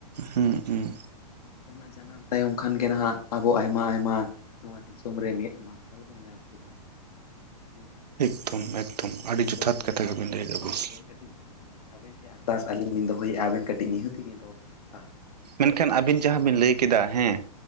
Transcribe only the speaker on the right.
ᱦᱩᱸ ᱦᱩᱸ᱾
ᱮᱠᱫᱚᱢ ᱮᱠᱫᱚᱢ ᱟᱹᱰᱤ ᱡᱚᱛᱷᱟᱛ
ᱠᱟᱛᱷᱟ ᱜᱮᱵᱤᱱ
ᱞᱟᱹᱭ
ᱮᱫᱟ
ᱵᱚᱥ
ᱢᱮᱱᱠᱷᱟᱱ ᱟᱹᱵᱤᱱ ᱡᱟᱦᱟᱸ ᱵᱤᱱ ᱞᱟᱹᱭ ᱠᱮᱫᱟ ᱦᱮᱸ,